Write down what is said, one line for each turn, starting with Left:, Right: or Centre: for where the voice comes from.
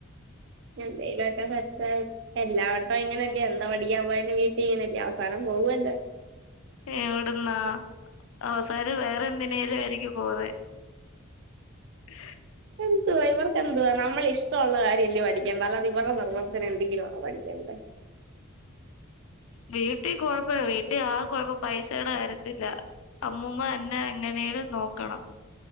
Right: എന്തേലു ഒക്കെ സെറ്റാവ് എല്ലാ വട്ടം ഇങ്ങനെല്ലേ എന്താ പഠിക്കാൻ പോയാരും വീ ട്ടി ഇങ്ങനെ അല്ലെ അവസാനം പോവല്ലെ
Left: ഏഹ് അവിടുന്നാ അവസാനം വേറെ എന്തിനേലും ആയിരിക്കും പോകുന്നെ ഉ
Right: എന്ത് ഇവർക്ക് എന്ത് വാ നമ്മളെ ഇഷ് ഇഷമുള്ള കാര്യല്ലേ പഠിക്കണ്ടത് അല്ലാെ ഇരുടെ നിർബന്ത്തിന് എന്തെില ആണോ പിക്കേണ്ടത്
Left: വീട്ടിൽ കുഴപ്പമില്ല വീട്ടിൽ ആകെ കുഴപ്പം പൈസേയുടെ കാര്യത്തിലാ അമ്മൂമ്മ എന്നെ എങ്ങനേലും നോക്കണം